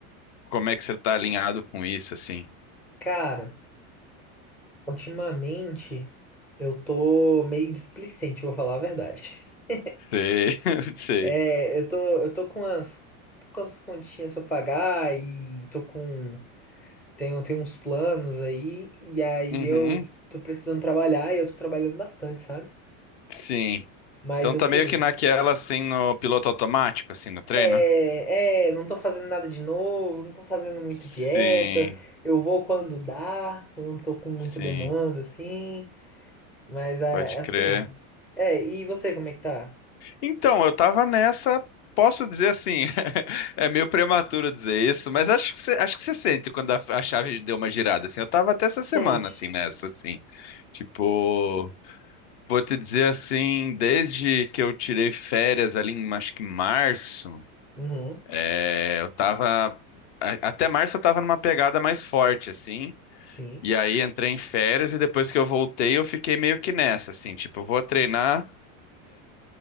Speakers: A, on the left; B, in the centre.
A: como é que você tá alinhado com isso, assim?
B: Cara, ultimamente eu tô meio displicente, vou falar a verdade. <laughs>
A: Sei, <laughs> sei.
B: É, eu tô, eu tô com umas, tô com as continhas pra pagar e tô com, tenho, tenho uns planos aí, e aí
A: Uhum,
B: eu tô precisando trabalhar e eu tô trabalhando bastante, sabe?
A: sim.
B: Mas
A: Então
B: assim,
A: tá meio que naquela, assim, no piloto automático, assim, no treino?
B: é, é, não tô fazendo nada de novo, não tô fazendo muita
A: Sim,
B: dieta, eu vou quando dá, eu não tô com muita
A: sim.
B: demanda, assim. Mas é
A: Pode
B: é assim.
A: crer.
B: É, e você, como é que tá?
A: Então, eu tava nessa, posso dizer assim, <laughs> é meio prematuro dizer isso, mas acho que você, acho que você sente quando a, a chave deu uma girada, assim. Eu tava até essa semana,
B: Sente.
A: assim, nessa, assim. Tipo, vou te dizer assim, desde que eu tirei férias ali em, acho que em março,
B: Uhum,
A: é, eu tava, a- até março eu tava numa pegada mais forte, assim.
B: sim.
A: E aí entrei em férias e depois que eu voltei, eu fiquei meio que nessa, assim, tipo, eu vou treinar